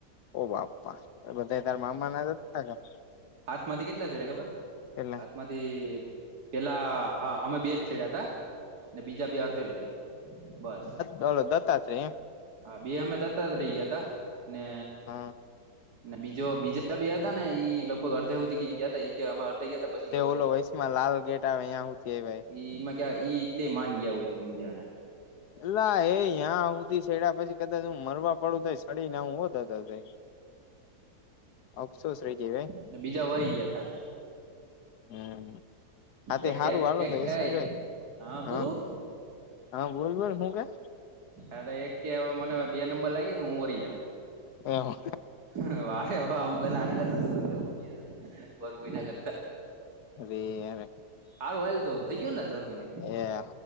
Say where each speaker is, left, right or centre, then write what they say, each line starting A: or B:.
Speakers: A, on the left (about 80°); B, on the right (about 75°).
A: ઓ બાપા બધાએ તાર મામા ના જતા કા
B: હાથમાંથી કેટલા છેડે ખબર?
A: કેટલા
B: હાથમાંથી તે પેલા હ અમે બે જ છેડ્યા તા ને બીજા બે અડધે લગી. બસ
A: દોલો દત્તાત્રે એ.
B: હા બે અમે દત્તાત્રે ગ્યાતા ને.
A: હા
B: ને બીજો બીજા બે હતા ને ઈ લગભગ અડધે હુદી ગી ગીયા તા ઈ કે હમ અડધે ગ્યા તા બસી વરી
A: ઓલો
B: ગ્યાતા.
A: વયસમાં લાલ ગેટ આવે ત્યાં હુધી આયવા
B: ઈ ઈમાં કયા ઈ એટલે માન ગયા હોય તું વી જાણા
A: એ લા એ યાં હૂતી સેડા પસી કદાચ હું મરવા પડું તઈશ પડી ને હાવુ હો દતાત્રે. અફસોસ રહી જઈ વે
B: ને બીજા વરી ગયા તા
A: હું. આતે
B: એક
A: હારું
B: કે
A: આલો
B: એક
A: તો એ સંજય
B: હા
A: ભાઈ
B: પૂરું
A: બોલ બોલ હું કે?
B: અરે એક કે હવે મને બે નંબર લાયગી તો હું વરી જાઉ.
A: એવું
B: હ વારે વા હું પેલા આના કરતા તો જંગલ માં વયે જાઉં વરવું એના કરતા.
A: અરે યારા
B: હારું હાલ તો થઇ ગ્યો ને દહ મિનિટ?
A: એ